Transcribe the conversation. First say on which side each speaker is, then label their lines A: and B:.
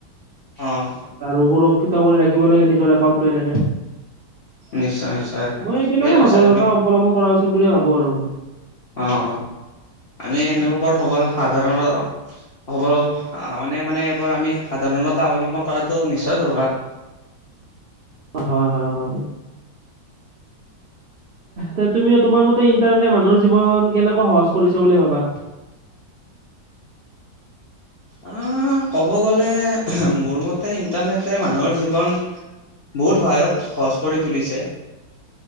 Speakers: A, on the left; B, on the right.
A: অহ
B: আৰু সুৰক্ষিত কৰি ৰাখিব লাগে নিজৰ একাউন্টটো এনেকে
A: নিশ্চয় নিশ্চয়
B: মই এইবিলাকে
A: ঠিকে কৈছা
B: সাৱধানতা
A: তুমি
B: অৱলম্বন কৰা উচিত বুলি ভাৱোঁ আৰু
A: অহ আমি এনেকুৱা
B: উম
A: বৰ খবৰ সাধাৰণত হ'ব ল'ব মানে মানে এইবোৰ আমি সাৱধানতা অৱলম্বন কৰাটো নিশ্চয় দৰকাৰ
B: হয় হয় হয় হয় যে তুমি তোমাৰ মতে ইণ্টাৰনেটে মানুহৰ জীৱন কেনেকৈ সহজ কৰিছে বুলি ভাবা
A: উম ক'ব গ'লে মোৰ মতে ইণ্টাৰনেটে মানুহৰ জীৱন বহুত সহায়ত সহজ কৰি তুলিছে